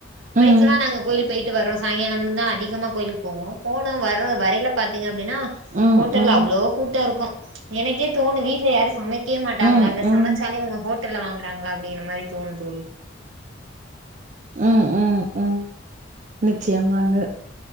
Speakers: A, on the right; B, on the right.
A: ம்
B: க்ளா நாங்க கோயில் போயிட்டு வரோ சாயங்காலம் தா அதிகமா கோயிலுக்கு போவோம் போன வர வரையில பாத்தீங்க அப்டின்னா
A: ம்
B: ஹோட்டல்ல
A: ம்
B: அவ்ளோ கூட்டம் இருக்கு எனக்கே தோணு வீட்ல யாரும் சமைக் க்கே மாட்டாங்களா
A: ம்
B: இல்ல
A: ம்
B: சமைச்சாலு இங்க ஹோட் ட்டல்ல வாங்குறாங்களா அப்டிங்கிற மாரி தோணு தோழி
A: ம் ம் ம் நிச்சயமாங்க